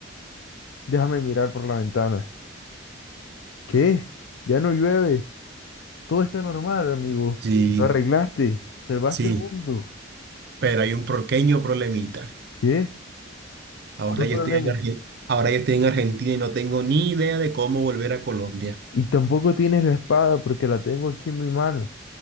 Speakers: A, on the left; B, on the right.
A: Déjame mirar por la ventana. ¿Qué? Ya no llueve. Todo está normal, amigo.
B: sí,
A: Lo arreglaste. Salvaste
B: sí,
A: el mundo.
B: pero hay un pequeño problemita.
A: ¿Qué?
B: Ahora
A: ¿Cuál
B: yo
A: problema?
B: estoy en Argen- Ahora yo estoy en Argentina y no tengo ni idea de cómo volver a Colombia.
A: Y tampoco tienes la espada porque la tengo aquí en mi mano.